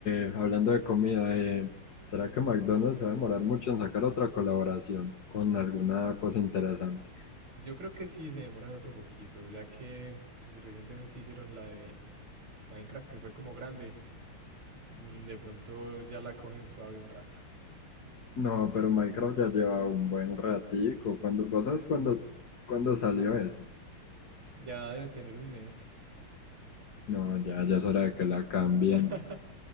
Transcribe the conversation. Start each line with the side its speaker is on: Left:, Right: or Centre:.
Left: eh, hablando de comida, eh, ¿será que McDonald's se va a demorar mucho en sacar otra colaboración con alguna cosa interesante?
Right: Yo creo que sí se demoran otro poquito, ya que pues, recientemente hicieron la de Minecraft, que fue como grande, mm, de pronto ya la cogen suave un rato,
Left: No, pero Minecraft ya lleva un buen ratico. Cuando, ¿vos sabes cuándo, cuándo salió eso?
Right: ya de tener un mes,
Left: No, ya, ya es hora de que la cambien.
Right: <laughs>